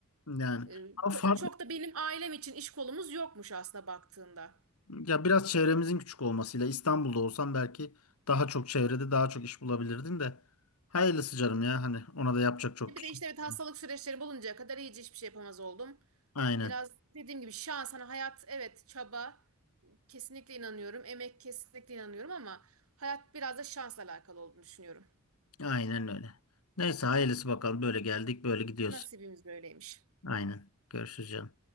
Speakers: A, on the left; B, on the right.
A: Yani
B: E,
A: ama
B: çok,
A: farklı
B: çok da benim ailem için iş kolumuz yokmuş aslında baktığında.
A: ya biraz çevremizin küçük olmasıyla İstanbul'da olsam belki daha çok çevrede daha çok iş bulabilirdin de hayırlısı canım ya hani ona da yapacak çok
B: E Bir
A: bir
B: de
A: şey.
B: işte evet hastalık
A: yok.
B: süreçleri buluncaya kadar iyice hiçbir şey yapamaz oldum.
A: Aynen.
B: Biraz dediğim gibi şans hani hayat evet çaba kesinlikle inanıyorum. Emek kesinlikle inanıyorum ama hayat biraz da şansla alakalı olduğunu düşünüyorum.
A: Aynen öyle. Neyse hayırlısı bakalım. Böyle geldik, böyle gidiyoruz.
B: Nasibimiz böyleymiş.
A: Aynen. Görüşürüz canım.